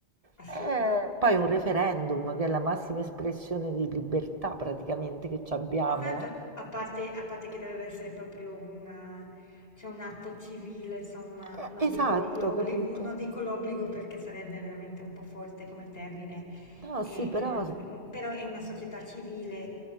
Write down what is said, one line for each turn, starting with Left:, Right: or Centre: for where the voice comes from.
Left: assurdo.
Right: eh, poi un referendum che è la massima espressione di libertà praticamente che ci abbiamo.
Left: Esatto, a parte a parte che deve essere proprio un eh, cioè un atto civile, insomma,
Right: Eh,
Left: non
Right: esatto,
Left: dico l'obbligo
Right: capito?
Left: non dico l'obbligo perché sarebbe veramente un po' forte come termine,
Right: No,
Left: ehm,
Right: sì, però...
Left: in una u però è una società civile,